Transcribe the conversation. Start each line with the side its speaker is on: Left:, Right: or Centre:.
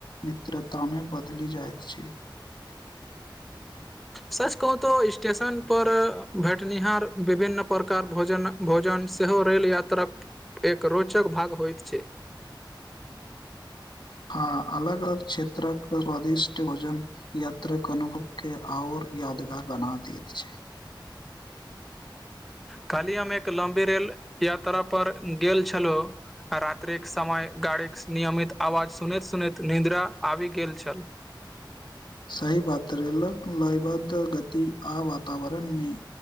Left: मित्रतामे बदलि जाइत छै
Centre: सच कहु तो स्टेशन पर भेटनिहार विभिन्न प्रकार भोजन भोजन सेहो रेल यात्राक एक रोचक भाग होइत छै
Left: हँ अलग अलग क्षेत्रक स्वादिष्ट भोजन यात्रक अनुभव के आऔर यादगार बना देैत छै
Centre: काल्हि हम एक लम्बी रेल यात्रा पर गेल छलहुँ आ रात्रिक समय गाड़ीक नियमित आवाज सुनैत सुनैत निद्रा आबि गेल छल।
Left: सही बात रेलक लयबद्ध गति आ वातावरण मे